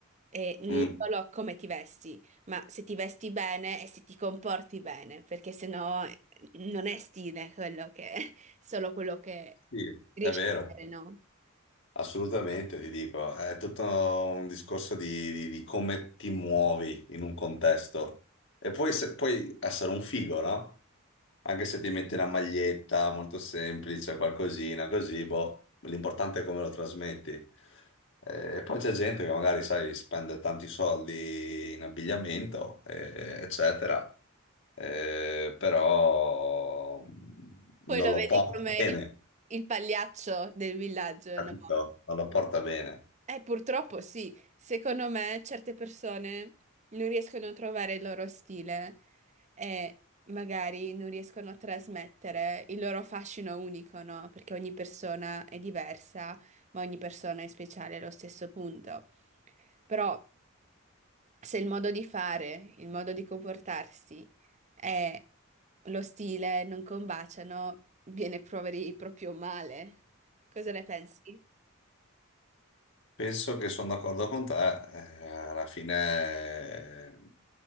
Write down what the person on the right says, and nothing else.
E non
solo come ti vesti, ma se ti vesti bene e se ti comporti bene, perché sennò eh, non è stile quello che <laughs> solo quello che
riesci
a vedere, no?
Poi
lo
vedi
come
il, il pagliaccio del villaggio,
no?
Eh, purtroppo sì, secondo me certe persone non riescono a trovare il loro stile e magari non riescono a trasmettere il loro fascino unico, no? Perché ogni persona è diversa, ma ogni persona è speciale allo stesso punto. Però se il modo di fare, il modo di comportarsi e lo stile non combaciano, viene proveri proprio male. Cosa ne pensi?